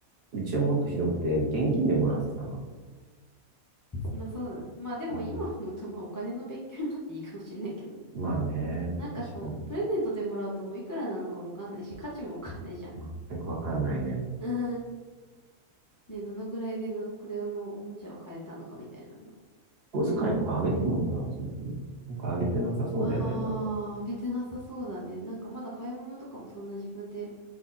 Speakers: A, on the right; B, on the left.
A: うちはもっとひどくて、現金でもらってたの。
B: まあそうだね。まあでも今思うと、
A: うん、
B: まあお金の勉強になっていいかもしれないけどね。
A: まあね、
B: なんかそう、
A: 確かに。
B: プレゼントでもらうともういくらなのかもわかんないし、価値もわかんないじゃん。
A: 全くわかんないね。
B: <laughs> ね、どのぐらいでどの、これのおもちゃを買えたのかみたいなの。
A: 小遣いとかあげてんのかな、そもそも。なんかあげてなさそうだよね、
B: ああ、
A: まだ。
B: あげてなさそうだね。なんかまだ買い物とかもそんな自分で